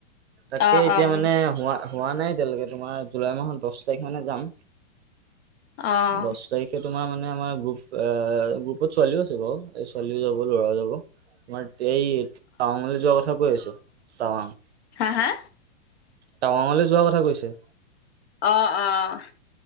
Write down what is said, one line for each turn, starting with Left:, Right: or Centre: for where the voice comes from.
Right: তাকে
Left: অ',
Right: এতিয়া
Left: অ'।
Right: মানে হোৱা হোৱা নাই এতিয়ালৈকে তোমাৰ জুলাই মাহৰ দহ তাৰিখ মানে যাম
Left: অহঁ
Right: দহ তাৰিখে তোমাৰ মানে আমাৰ গ্ৰুপ আহ গ্ৰুপত ছোৱালীও আছে বাৰু এই ছোৱালীও যাব ল'ৰাও যাব তোমাৰ এই টাৱাংলৈ যোৱা কথা কৈ আছে টাৱাং
Left: হা হা?
Right: টাৱাংলৈ যোৱা কথা কৈছে।
Left: অহঁ অহঁ